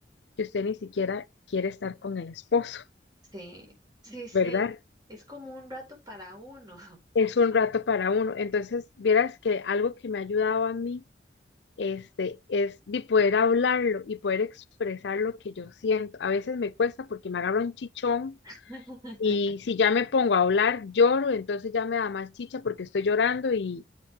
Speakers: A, on the left; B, on the right.
A: que usted ni siquiera quiere estar con el esposo,
B: sí, sí, sí.
A: ¿verdad?
B: Es como un rato para uno.
A: es un rato para uno. Entonces, vieras que algo que me ha ayudado a mí este, es de poder hablarlo y poder expresar lo que yo siento. A veces me cuesta porque me agarro un chichón
B: <laughs>
A: y si ya me pongo a hablar, lloro, entonces ya me da más chicha porque estoy llorando y,